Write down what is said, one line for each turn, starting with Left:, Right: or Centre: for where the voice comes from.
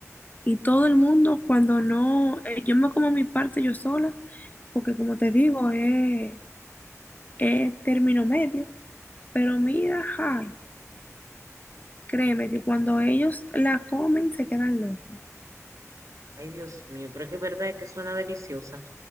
Left: Y todo el mundo, cuando no, eh, yo me como mi parte yo sola, porque como te digo, es es término medio. Pero mira, ay, créeme que cuando ellos la comen se quedan locos.
Right: Ay, Dios mío, pero es que es verdad que suena deliciosa.